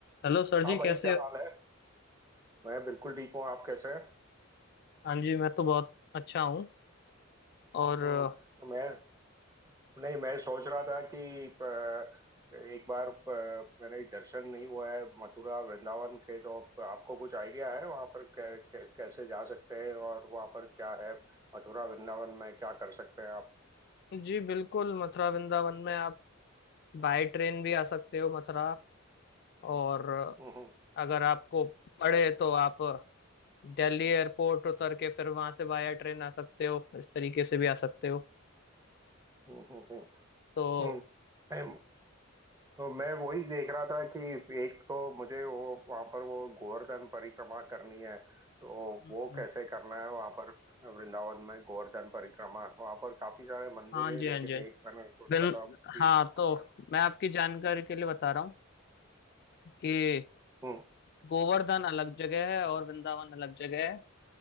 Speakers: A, on the left; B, on the right.
A: Hello sir ji
B: हाँ भाई
A: कैसे
B: क्या
A: हो
B: हाल है मैं बिल्कुल ठीक हूँ आप कैसे हैं
A: हाँ जी मैं तो बहुत अच्छा हूँ और
B: हम्म,
A: अ,
B: मैं नहीं मैं सोच रहा था कि अ, एक बार अ, मैंने दर्शन नहीं हुआ है मथुरा वृंदावन के तो आपको कुछ आइडिया है वहाँ पर कै, कै, कैसे जा सकते हैं और वहाँ पर क्या है मथुरा वृंदावन में क्या कर सकते हैं आप
A: जी बिल्कुल मथुरा वृंदावन में आप बाय ट्रेन भी आ सकते हो मथुरा और अ,
B: हम्म हम्म
A: अगर आपको पड़े तो आप दिल्ली एयरपोर्ट उतर के फिर वहां से बाय ट्रेन आ सकते हो इस तरीके से भी आ सकते हो
B: हम्म हम्म हम्म,
A: तो
B: हम्म। तो मैं वही देख रहा था कि एक तो मुझे वो वहां पर वो गोवर्धन परिक्रमा करनी है तो
A: हम्म,
B: वो कैसे करना है वहां पर वृंदावन में गोवर्धन परिक्रमा वहां पर काफी सारे
A: हाँ
B: मंदिर है
A: जी हाँ
B: लेकिन
A: जी हाँ जी।
B: एक मैंने सोचा
A: बिल
B: था कि
A: हाँ
B: वहाँ
A: तो
B: पर-
A: मैं आपकी जानकारी के लिए बता रहा हूँ कि
B: हम्म
A: गोवर्धन अलग जगह है और वृंदावन अलग जगह है